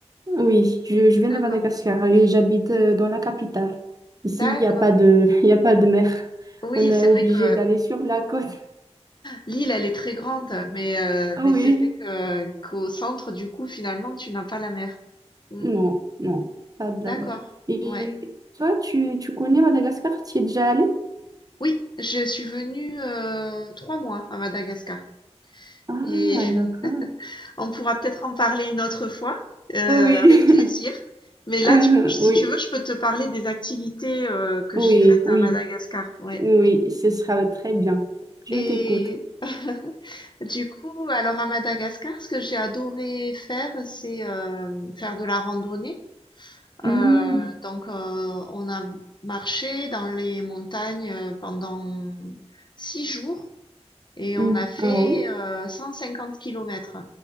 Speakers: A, on the right; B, on the left.
A: oui. Je, je viens
B: D'accord.
A: de Madagascar et j'habite euh, dans la capitale. Ici,
B: D'accord.
A: il n'y a pas de, <laughs> il y a pas de mer.
B: Oui,
A: On est
B: c'est
A: obligé
B: vrai que
A: d'aller sur la côte.
B: l'île, elle est très grande, mais, euh,
A: Ah
B: mais
A: Oui.
B: c'est vrai que qu'au centre, du coup, finalement, tu n'as pas la mer. Mm,
A: Non, non, pas de
B: D'accord.
A: la mer. Et
B: Ouais.
A: toi, tu, tu connais Madagascar? Tu y es déjà allé?
B: Oui, je suis venue euh, trois mois à Madagascar.
A: Ah,
B: Et <laughs>
A: d'accord.
B: on pourra peut-être en parler une autre fois, euh,
A: Oui,
B: avec plaisir. Mais
A: <laughs>
B: là,
A: euh,
B: du coup, si
A: oui,
B: tu veux, je peux te parler des activités euh, que
A: oui,
B: j'ai faites à
A: oui,
B: Madagascar. Ouais.
A: oui, ce sera très bien. Je
B: Et
A: t'écoute.
B: <laughs> du coup, alors à Madagascar, ce que j'ai adoré faire, c'est euh, faire de la randonnée.
A: Hmm,
B: Euh, donc, euh, on a marché dans les montagnes euh, pendant six jours et
A: hmm.
B: on a fait
A: Ah oui?
B: euh, 150 kilomètres.